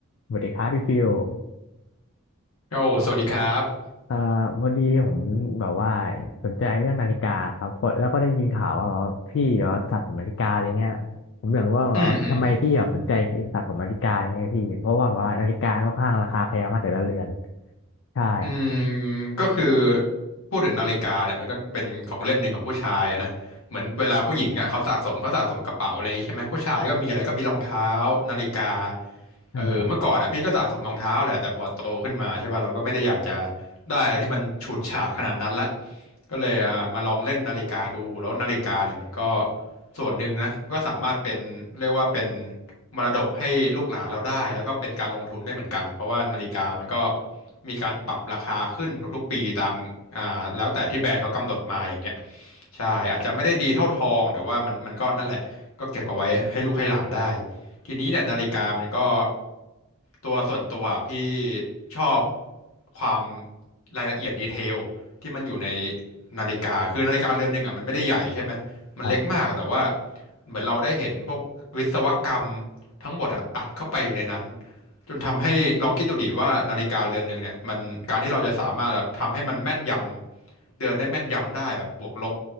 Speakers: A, on the left; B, on the left.
A: สวัสดีครับพี่ฟิล
B: โอ้สวัสดีครับ
A: เอ่อวันนี้ผมแบบว่าสนใจเรื่องนาฬิกาครับเพราะแล้วก็ได้ยินข่าวว่าพี่เหรอสะสมนาฬิกาอะไรเงี้ยผมอยากรู้ว่าแบบว่าทำไมพี่แบบสนใจสะสมนาฬิกาอะไรเงี้ยพี่เพราะว่าแบบว่านาฬิกาค่อนข้างราคาแพงมากแต่ละเรือน
B: อืมอืม
A: ใช่
B: อืมก็คือพูดถึงนาฬิกาเนี่ยมันก็เป็นของเล่นหนึ่งของผู้ชายอะนะเหมือนเวลาผู้หญิงอะเขาสะสมเขาสะสมกระเป๋าอะไรอย่างงี้ใช่ไหมผู้ชายก็มีอะไรก็มีรองเท้านาฬิกา
A: ใช่ครับ
B: เออเมื่อก่อนอะพี่ก็สะสมรองเท้าแหละแต่พอโตขึ้นมาใช่ป่ะเราก็ไม่ได้อยากจะ ได้อะไรที่มันฉูดฉาดขนาดนั้นละก็เลยอ่ามาลองเล่นนาฬิกาดูแล้วนาฬิกาเนี่ยมันก็ส่วนหนึ่งนะก็สามารถเป็นเรียกว่าเป็นมรดกให้ลูกหลานเราได้แล้วก็เป็นการลงทุนได้เหมือนกันเพราะว่านาฬิกามันก็มีการปรับราคาขึ้นทุกๆปีตามอ่าแล้วแต่ที่แบรนด์เขากำหนดมาอย่างเงี้ยใช่อาจจะไม่ได้ดีเท่าทองแต่ว่ามันมันก็นั่นแหละก็เก็บเอาไว้ให้ลูกให้หลานได้ ทีนี้เนี่ยนาฬิกามันก็ตัวส่วนตัวพี่ชอบความรายละเอียดดีเทลที่มันอยู่ในนาฬิกาคือนาฬิกาเรือนหนึ่งอ่ะมันไม่ได้ใหญ่ใช่ไหมมันเล็กมากแต่ว่า
A: ครับ
B: เหมือนเราได้เห็นพวกวิศวกรรมทั้งหมดอะอัดเข้าไปอยู่ในนั้น จนทำให้ลองคิดดูดิว่านาฬิกาเรือนหนึ่งเนี่ยมันการที่เราจะสามารถแบบทำให้มันแม่นยำเดือนได้แม่นยำได้แบบบวกลบ